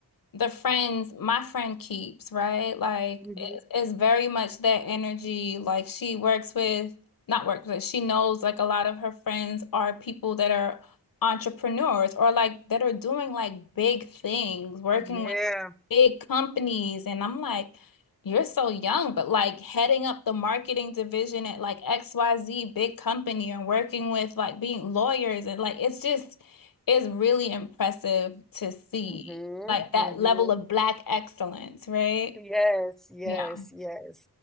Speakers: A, on the left; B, in the centre.
A: the friends my friend keeps, right? Like
B: hmm
A: it's, it's very much that energy. Like she works with, not works with, she knows like a lot of her friends are people that are entrepreneurs or like that are doing like big things, working
B: Yeah.
A: with big companies. And I'm like, you're so young, but like heading up the marketing division at like XYZ big company and working with like being lawyers and like it's just it's really impressive to see
B: hmm
A: like that
B: hmm
A: level of black excellence, right?
B: Yes, yes,
A: Yeah,
B: yes.